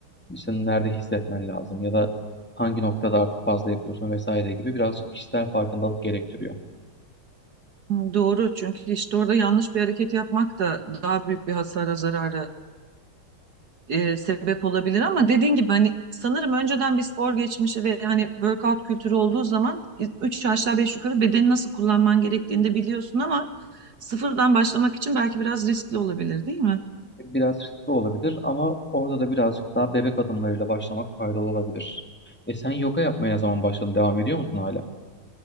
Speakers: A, in the centre; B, on the right (about 50°).
A: İşte nerede hissetmen lazım ya da hangi noktada artık fazla yapıyorsun vesaire gibi birazcık kişisel farkındalık gerektiriyor.
B: Hı, Doğru çünkü işte orada yanlış bir hareket yapmak da daha büyük bir hasara zarara e, sebep olabilir ama dediğin gibi hani sanırım önceden bir spor geçmişi ve hani workout kültürü olduğu zaman e, üç aşağı beş yukarı bedeni nasıl kullanman gerektiğini de biliyorsun ama sıfırdan başlamak için belki biraz riskli olabilir değil mi?
A: Biraz riskli olabilir ama orada da birazcık daha bebek adımlarıyla başlamak faydalı olabilir. E sen yoga yapmaya ne zaman başladın? Devam ediyor musun hala?